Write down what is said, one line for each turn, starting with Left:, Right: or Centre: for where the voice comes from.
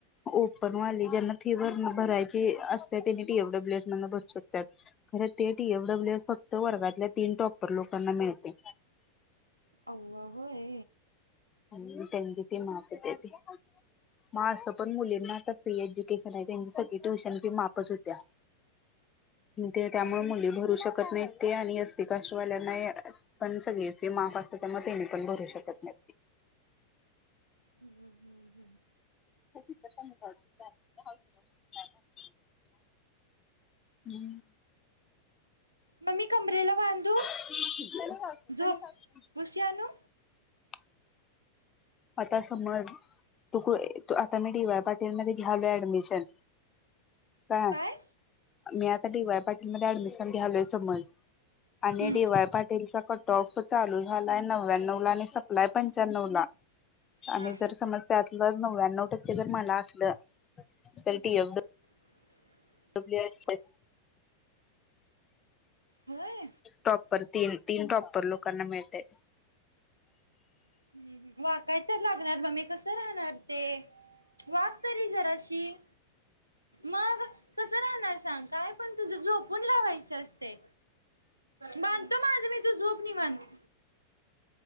Left: ओपन वाली ज्यांना फी भर भरायची असते त्यांनी टी एफ डब्ल्यू एस मध्न भरू शकतात खर ते टी एफ डब्ल्यू एस फक्त वर्गातल्या तीन टॉपर लोकांना मिळते
Right: अव्वा होय..
Left: आणि त्यांची फी माफ होते ती मग असं पण मुलींना <unintelligible> आता फ्री एज्युकेशन आहे त्यांची सगळी ट्युशन फी माफच होत्या ते
Right: हम्म
Left: त्यामुळे मुली भरू शकत नाहीत ते आणि एसटी कास्ट वाल्यांना पण सगळी फी माफ असत्या त्यामुळे तेनी पण भरू शकत नाही
Right: हम्म हम्म हम्म
Left: <unintelligible> हम्म
Right: मग मी कमरेला बांधू
Left: <unintelligible>
Right: झोप उशी आणू
Left: आता समज तु कू आता मी डी वाय पाटील मधे घ्यालो ऍडमिशन का?
Right: काय
Left: मी आता डी वाय पाटीलमध्ये ऍडमिशन घ्यालोय समज आणि
Right: हम्म
Left: डी वाय पाटीलचा क टॉफ त चालू झालाय नव्याण्व ला आणि संपलाय पंच्याण्णव ला आणि
Right: हा
Left: जर समज त्यातल नव्याण्णव टक्के जर मला असलं तर टीएफडब्लु डब्ल्यू एस ए <inaudible>
Right: होय
Left: टॉपर तीन तीन टॉपर लोकांना मिळतय
Right: हम्म वाकाय तर लागणार मम्मी कसं राहणार ते वाक तरी जराशी मग कस राहणार? सांग काय? पण तुझ झोपून लावायचं असते बांधतो माझ मी तू झोप निवांत.